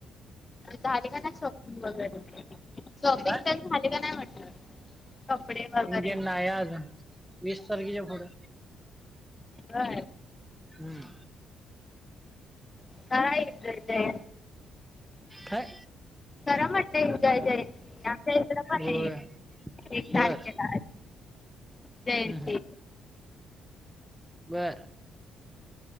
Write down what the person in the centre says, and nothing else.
काय
इंडियन ना आजून वीस तारखेच्या पुढ
हम्म
ह
होय
बर
हम्म
बरं